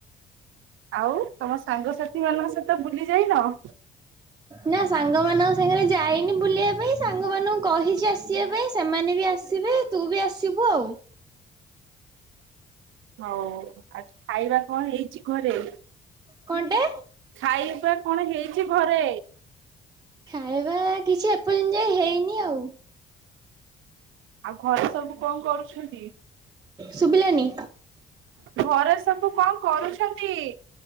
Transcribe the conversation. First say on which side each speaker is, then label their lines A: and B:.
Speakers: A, on the right; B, on the right.
A: ଆଉ ତମ ସାଙ୍ଗସାଥି ମାନଙ୍କ ସହିତ ବୁଲି ଯାଇନ?
B: ନା ସାଙ୍ଗମାନଙ୍କ ସାଙ୍ଗରେ ଯାଇନି ବୁଲିବା ପାଇଁ ସାଙ୍ଗମାନଙ୍କୁ କହିଚି ଆ ଆସିବା ପାଇଁ ସେମାନେ ବି ଆସିବେ ତୁ ବି ଆସିବୁ ଆଉ।
A: ହଉ ଆ ଖାଇବା କଣ ହେଇଚି ଘରେ
B: କଣଟେ
A: ଖାଇବା କଣ ହେଇଚି ଘରେ?
B: ଖାଇବା କିଛି ଏପର୍ଯ୍ୟତ ଯ ହେଇନି ଆଉ।
A: ଆଉ ଘରେ ସବୁ କଣ କରୁଛନ୍ତି?
B: ଶୁଭିଲାନି।
A: ଘରେ ସବୁ କଣ କରୁଛନ୍ତି?